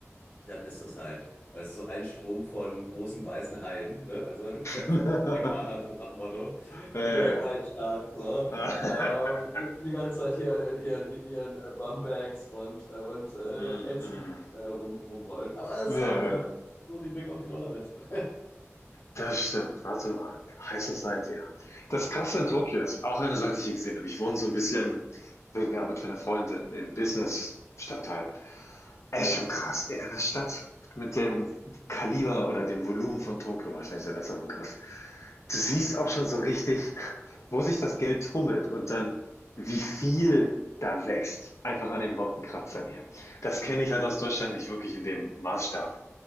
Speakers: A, on the left; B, on the left.
A: dann ist das halt, weißt du, so ein Strom von großen weißen Haien, ne? Also <laughs> für,
B: Ja,
A: für den Amerikanern
B: ja. <laughs>
A: so nach dem Motto,
B: Ja,
A: The
B: ja,
A: Great
B: ja.
A: White Shark, so.
B: <laughs>
A: Ähm, die ganze Zeit hier in ihren, in ihren äh, Bumbags und, äh, und äh,
B: Mhm,
A: Ätzen
B: mhm.
A: äh, rum, rumrollen. Aber es
B: Ja,
A: ist
B: ja,
A: live, you know?
B: ja.
A: So, die bringen auch die Dollar mit. <laughs>
B: Das stimmt. Warte mal. High Society,
A: Ja.
B: ja. Das Krasse in Tokio ist auch eine Seite, die ich hier gesehen habe. Ich wohne so ein bisschen wegen der Arbeit von 'ner Freundin im Business-Stadtteil. Echt
A: Ja,
B: schon krass. In einer Stadt mit dem Kaliber oder dem Volumen von Tokio, wahrscheinlich ist der bessere Begriff. Du siehst auch schon so richtig, wo sich das Geld tummelt und dann, wie viel da wächst. Einfach an den Wolkenkratzern hier. Das kenne ich halt aus Deutschland nicht wirklich in dem Maßstab.